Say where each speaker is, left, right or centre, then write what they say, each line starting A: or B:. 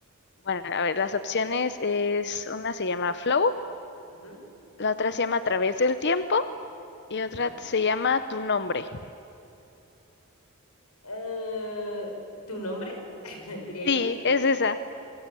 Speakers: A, on the left; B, on the left.
A: Bueno, a ver, las opciones es, una se llama Flow,
B: Ujú,
A: la otra se llama A través del tiempo y otra
B: Ajá.
A: se llama Tu nombre.
B: Eh, ¿tu nombre? <laughs> Diría
A: Sí,
B: yo, ¿no?
A: es esa.